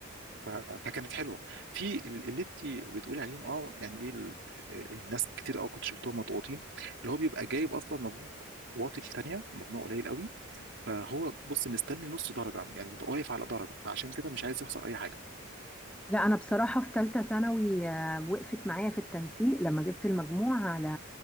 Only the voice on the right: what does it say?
ف- فكانت حلوه في ال- اللي انت بتقولي عليهم اه يعني ايه ال- الناس كتير قوي كنت شفتهم مضغوطين اللي هو بيبقى جايب اصلا مجموع واطي في ثانيه مجموع قليل قوي فهو بص مستني نص درجه يعني بيبقى واقف على درجه فعشان كده مش عايز يخسر اي حاجه